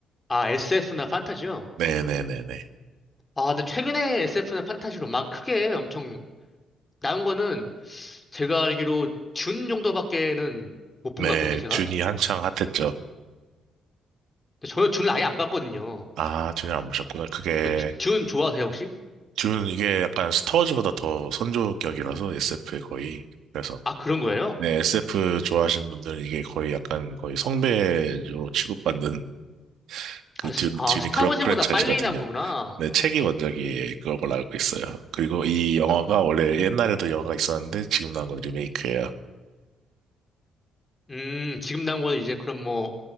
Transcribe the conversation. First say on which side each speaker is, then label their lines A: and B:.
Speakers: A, on the left; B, on the right.
A: 아, SF나 판타지요?
B: 네네네네.
A: 아, 근데 최근에 SF나 판타지로 막 크게 엄청 나온 거는 제가 알기로 준 정도밖에는 못 본
B: 네,
A: 것 같거든요, 제가.
B: 듄이 한창 핫했죠.
A: 근데 저는 준을 아예 안 봤거든요.
B: 아, 듄을 안 보셨구나. 그게
A: 그 주- 준 좋아하세요, 혹시?
B: 듄 이게 약간 스타워즈보다 더 선조격이라서 SF에 거의 그래서
A: 아, 그런 거예요?
B: 네 SF 좋아하시는 분들은 이게 거의 약간 거의 성배로 취급받는 그
A: 아,
B: 듄,
A: 스- 아,
B: 듄이
A: 스타워즈보다
B: 그런 프랜차이즈거든요.
A: 빨리 나온 거구나.
B: 네, 책이 원작이 그런 걸로 알고 있어요. 그리고 이 영화가 원래 옛날에도 영화가 있었는데 지금 나온 건 리메이크예요.
A: 음, 지금 나온 건 이제 그런 뭐,